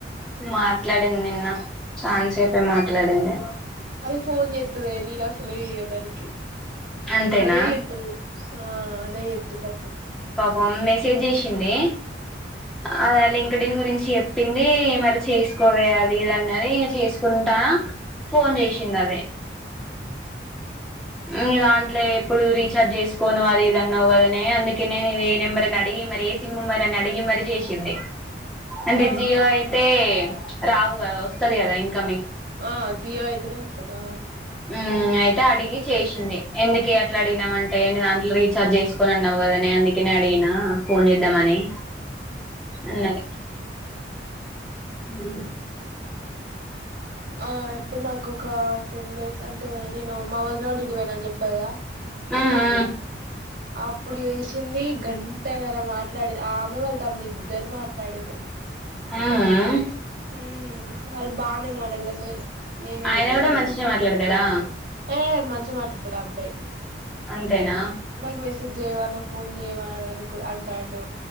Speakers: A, in the centre; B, on the right.
A: మాట్లాడింది నిన్న చాన్సేపే మాట్లాడింది.
B: అది ఫోన్ చేస్తది. నేను అసలుకే చెయ్య దానికి.
A: అంతేనా
B: అదే చేతది ఆ అదే చేతది పాపం.
A: వన్ మెసేజ్ చేసింది ఆ లింక్డ్ని గురించి. చెప్పింది మరి చేసుకోవే. అది ఇది అన్నది చేసుకుంటా. ఫోన్ చేసింది అది. నీ దాంట్లో ఎప్పుడు రీచార్జ్ చేసుకోను అది ఇది అన్నావు కదని అందుకే నే ఇ ఏ నెంబర్ అని అడిగి మరి ఏ సిమ్. దాన్ని అడిగి మరి చేసింది. అంటే
B: ఆ
A: జియో అయితే రావు కదా. వస్తుంది కదా ఇన్కమింగ్.
B: ఆ జియో అయితేనే వస్తదా.
A: హ్మ్ అయితే అడిగి చేసింది ఎందుకె అట్లా అడిగినవంటే అంటే న దాంట్లో రీచార్జ్ చేసుకోనన్నావ్ కదనే. అందుకనే అడిగినా ఫోన్ చేద్దామని అన్నది. హ్మ్
B: ఆ ఎప్పుడు నాకు ఒక టెన్ డేస్ అంటే నేను మా వదినోళ్ళు ఇంటి పోనా అని చెప్పలేదా.
A: ఆ, ఆ
B: అప్పుడు చేసింది. గంటన్నర మాట్లాడే ఆమె వాళ్ళు తమ్ముడు ఇద్దరు మాట్లాడారు.
A: ఆ, ఆ
B: హ్మ్ వాళ్ళు బానే మాట్లాడతారు నేనే
A: ఆయన
B: చెయ్య.
A: కూడా మంచినే మాట్లాడతాడా.
B: హే ఏ మంచిగా మాట్లాడతాడు ఆ అబ్బాయి.
A: అంతేనా
B: నాకు మెసేజ్ చేయవా. నా ఫోన్ చేయవాని <unintelligible> అంటుండు.